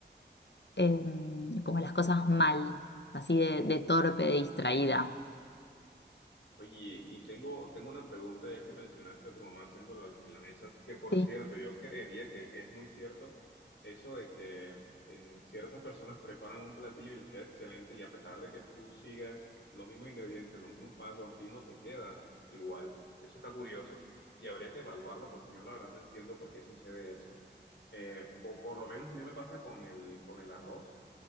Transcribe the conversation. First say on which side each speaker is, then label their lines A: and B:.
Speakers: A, on the left; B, on the left.
A: em, como las cosas mal, así de, de torpe, de distraída.
B: Ah, oye, y tengo, tengo una pregunta ya que mencionaste a tu mamá haciendo lo de las milanesas, que por
A: Sí,
B: cierto, yo creería que es muy cierto eso de que eh, ciertas personas preparan un platillo y les queda excelente y a pesar de que tú sigas los mismos ingredientes, los mismos pasos, a ti no te queda igual. Eso está curioso y habría que evaluarlo porque yo la verdad no entiendo por qué sucede eso. Eh, po- por lo menos a mí me pasa con el, con el arroz